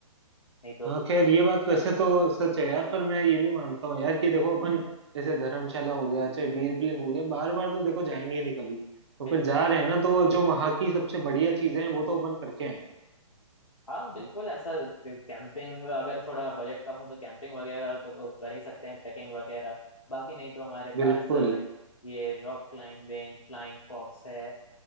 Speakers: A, on the left; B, on the right.
A: नहीं तो
B: हाँ
A: बिल्कुल
B: खैर ये बात वैसे तो सच है यार पर मैं ये भी मानता हूँ यार कि देखो अपन जैसे धर्मशाला हो गया चाहे वीर बिलिंग हो गया बार बार तो देखो जाएंगे नहीं कभी तो
A: बिल्कुल
B: अगर जा रहे हैं ना तो जो वहाँ की सबसे बढ़िया चीजें हैं वो तो अपन करके आएंगे
A: हाँ बिल्कुल ऐसा कैंपिंग अगर थोड़ा बजट कम हो तो कैंपिंग वगैरह तो कर ही सकते हैं ट्रैकिंग वगैरह बाकी नहीं तो हमारे
B: बिल्कुल
A: पास अ, ये रॉक क्लाइंबिंग फ्लाइंग फॉक्स है अ,